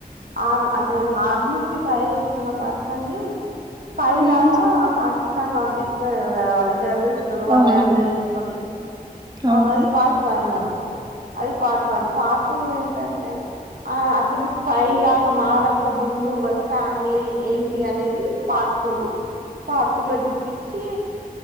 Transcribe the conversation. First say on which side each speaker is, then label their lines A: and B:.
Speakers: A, on the right (about 70°); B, on the right (about 30°).
A: ఆర్ అంటే ఆర్మీకి ట్రై చేస్తున్న పర్సన్ ని స్పైలాగా
B: ఉమ్,
A: పార్ తన్ పంపిస్తది కదా వాళ్ళ టెర్రరిస్టులు వాళ్ళ
B: అవును
A: అన్ని తెలుసుకొని
B: అవును
A: ఆ అది పార్ట్ వన్ అది పార్ట్ వన్ పార్టూ టూ ఏంటంటే? ఆ అతను స్పయ్ లాగా మారక ముందు వాళ్ళ ఫ్యామిలీ ఏంటి అనేది పార్ట్ టూ పార్ట్ టూ లో జూపించి